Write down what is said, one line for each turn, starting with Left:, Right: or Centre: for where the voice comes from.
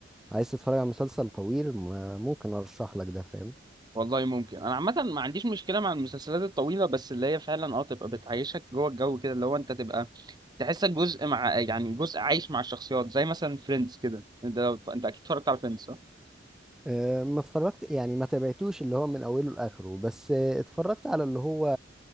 Centre: عايز تتفرج على مسلسل طويل ما- ممكن ارشح لك ده فاهم
Right: والله ممكن انا عامه ما عنديش مشكله مع المسلسلات الطويله بس اللي هي فعلا اه تبقى بتعيشك جوه الجو كده اللي هو انت تبقى تحسك جزء مع يعني جزء عايش مع الشخصيات زي مثلا فريندز كده انت لو... انت اكيد اتفرجت على فريندز صح
Centre: أه، ما اتفرجت يعني ما تابعتوش اللي هو من اوله لاخره بس أه، اتفرجت على اللي هو